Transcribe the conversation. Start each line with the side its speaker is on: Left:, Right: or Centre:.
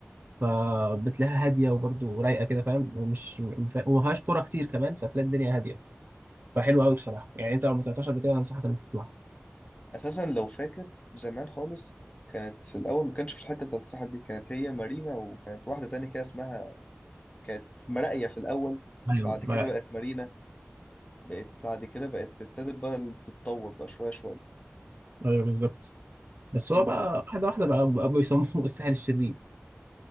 Right: فبتلاقيها هاديه وبرضه رايقه كده فاهم ومش وما فيهاش كوره كتير كمان فتلاقي الدنيا هاديه فحلو قوي بصراحه يعني انت لو ما طلعتهاش قبل كده انصحك انك تطلع
Left: اساسا لو فاكر زمان خالص كانت في الاول ما كانش في الحته بتاعت الساحل دي كانت هي مارينا وكانت واحده تانية كده اسمها كانت في مراقيه في الاول
Right: ايوه
Left: بعد
Right: بقى
Left: كده بقت مارينا بقت بعد كده بقت ابتدت بقى تتطور بقى شويه شويه
Right: ايوه بالظبط بس هو
Left: انت
Right: بقى واحده واحده بقى بقى بيسموه <laughs> الساحل الشرير